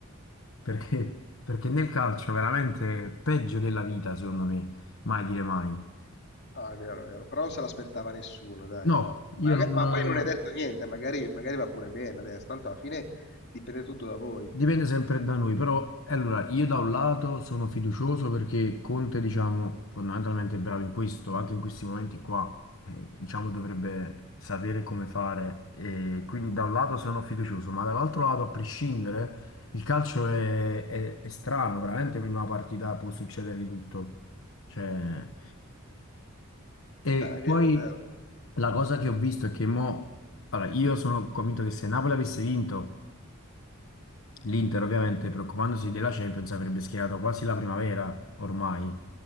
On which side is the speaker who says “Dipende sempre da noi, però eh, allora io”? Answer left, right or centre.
Left